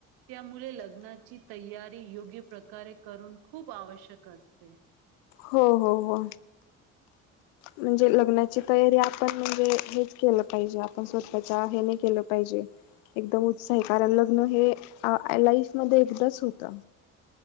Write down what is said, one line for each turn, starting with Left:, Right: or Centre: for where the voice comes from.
Right: त्यामुळे लग्नाची तयारी योग्य प्रकारे करून खूप आवश्यक असते.
Left: हो! हो! हो! म्हणजे लग्नाची तयारी आपण म्हणजे हेच केलं पाहिजे आपण स्वतःच्या हे नाही केलं पाहिजे एकदम उत्साही कारण लग्न हे लाईफ मध्ये एकदाच होत.